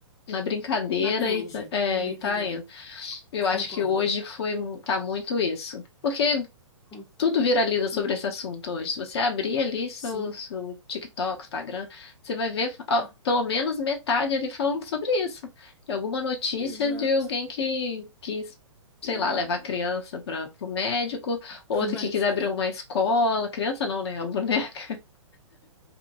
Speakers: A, on the left; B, on the left.
A: na brincadeira
B: Da trend,
A: e, tá- é,
B: não é brincadeira.
A: e tá indo. Eu
B: Concordo.
A: acho que hoje foi, mu- tá muito isso. Porque
B: Con-
A: tudo viraliza sobre
B: hum,
A: esse assunto hoje. Se você abrir ali seu,
B: sim,
A: seu TikTok, Instagram, você vai ver ó,
B: Ah,
A: pelo menos metade ali falando sobre isso. De alguma notícia
B: exato.
A: de alguém que quis, sei
B: E,
A: lá, levar a criança para o médico, outra
B: pro médico.
A: que quis abrir
B: é.
A: uma escola. Criança não, né? A boneca. <laughs>